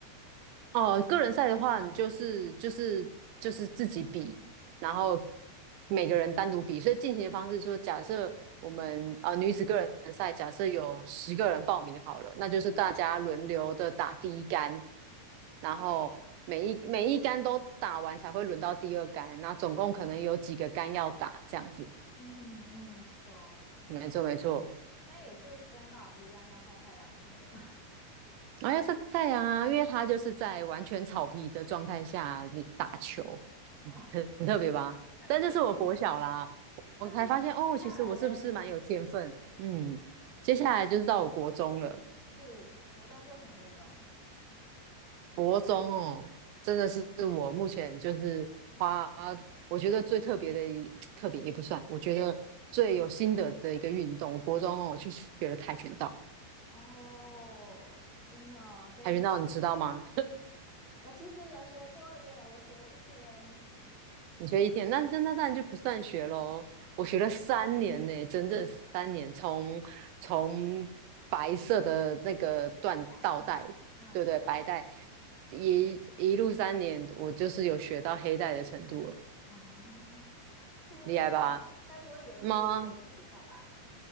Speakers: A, on the right; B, on the left.
A: 哦，个人赛的话，你就是就是就是自己比，然后每个人单独比，所以进行的方式就是假设我们呃女子个人赛，假设有十个人报名好了，那就是大家轮流的打第一杆，
B: 嗯，好累哦。
A: 然后每一每一杆都打完才会轮到第二杆，那总共可能有几个杆要打，这样子。
B: 嗯嗯，懂。
A: 没错没错，
B: 那也是跟高尔夫一样要晒太阳什么的嘛。
A: 啊要晒太阳啊，因为它就是在完全草皮的状态下你打球，
B: <laughs>
A: 嗯很很特别吧？
B: 哦
A: 但这是我国小啦，
B: ，OK。那接接下来嘞，
A: 我才发现哦，其实我是不是蛮有天分？嗯，接下来就是到我国中了，
B: 是国中做什么运动？
A: 国中哦，真的是我目前就是花我觉得最特别的一 <tsk> 特别也不算，我觉得最有心得的一个运动，我国中哦去学了跆拳道，
B: 哦，真的哦，所以
A: 跆拳道你知道吗？
B: <laughs> 我其实有学过耶，我学了一天
A: 你学一天，那那那当然就不算学喽。我学了三年呢、整整三年，从从白色的那个缎倒带，
B: 白带，啊，嗯，
A: 对不对？白带一一路三年，我就是有学到黑带的程度了，
B: 哦。这么厉害，
A: 厉害吧？
B: 该不会也是有去比赛吧？
A: 吗？